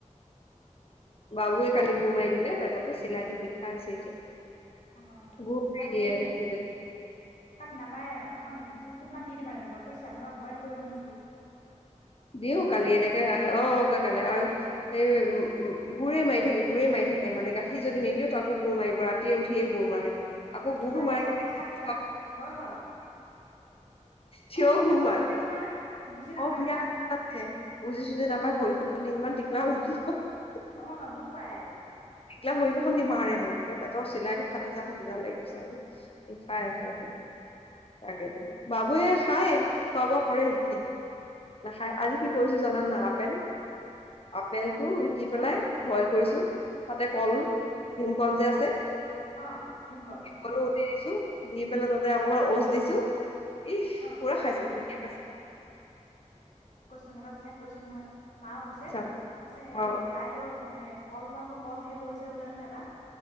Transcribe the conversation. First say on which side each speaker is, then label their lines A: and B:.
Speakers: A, on the left; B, on the left.
A: বাবুৱে কালি গোৰ মাৰি দিলে পেটতে চিলাইটোত বিষাইছে এতিয়া।
B: অ
A: গোৰ
B: তাক
A: মাৰি দিয়ে
B: হেৰি
A: <inaudible>
B: তাক নাপায় অকমান দুই কোপমান দি দিবা এনকুৱাত বুইছা, নহলে ভয় নকৰিব নহয় সি।
A: দিওঁ
B: চাট
A: কালি এনেকে অ কে কান্দে আৰু সেই উম গোৰেই মাৰি থাকে গোৰেই মাৰি থাকে মানে গাখীৰ যদি নিদিও তাকো গোৰ মাৰিব ৰাতিয়ে উঠিয়ে গোৰ মাৰে। আকৌ
B: আৰু
A: গুৰটো
B: তাক
A: মাৰে
B: এনেই চাট চাট দিবা
A: থিয়
B: ভয় খুৱাবা।
A: থিয়
B: অ সিহঁতৰ
A: গুৰ
B: জোৰ
A: মাৰে
B: থাকে নহয়। বুজি নাপায়
A: অ বিৰাট উৎপাত দিয়ে, বুজি চুজি নাপায় ভৰি ইমান টিকলা <unintelligible>
B: অঁ দুখ পায়।
A: টিকলা ভৰি দুখন দি মাৰে মোক পেটৰ চিলাইটো ফাটি যাওঁ ফাটি যাওঁ লাগি গৈছে আৰু বিষাই আছে আজি। তাকেটো বাবোৱে খাই খোৱা বোৱা কৰে সি নাখায় আজি কি কৰিছে জানানে আপেল-আপেল আপেলটো ৰুকি পেলাই
B: অ
A: বইল কৰিছোঁ তাতে কল ভীমকল যে আছে
B: অ ভীমকল
A: ভীম কলো দি দিছোঁ। দি পেলাই ত তাতে অকমান অওজ দিছোঁ, ইস্
B: অ
A: পুৰা খাইছে <unintelligible> খাইছে
B: <unintelligible> জেঠাইক‌ কৈছোঁ নহয়। মাও গৈছে
A: আচ্ছা
B: কৈছে হেৰি
A: অ
B: তাইলৈও এই কল তোমালোকৰ কল ঢেৰ পৰিছে বোলে নহয় এইবাৰ।